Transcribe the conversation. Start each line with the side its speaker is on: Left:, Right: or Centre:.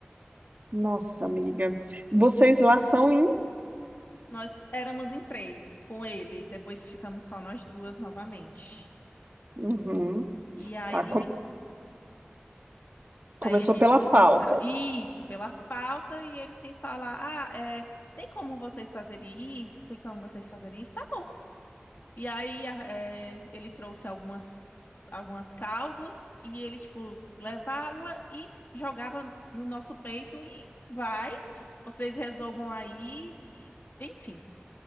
Right: Nossa, amiga. Vocês lá são em.
Left: Nós éramos em três com ele, e depois ficamos só nós duas novamente.
Right: Uhum,
Left: E aí
Right: tá. Começou
Left: Aí a gente
Right: pela
Left: começa,
Right: falta.
Left: isso, pela falta, e ele sem falar, ah, é, tem como vocês fazerem isso? Tem como vocês fazerem isso? Tá bom. E aí a- é, ele trouxe algumas, algumas causas, e ele, tipo, levava e jogava no nosso peito, e vai, vocês resolvam aí, e- enfim,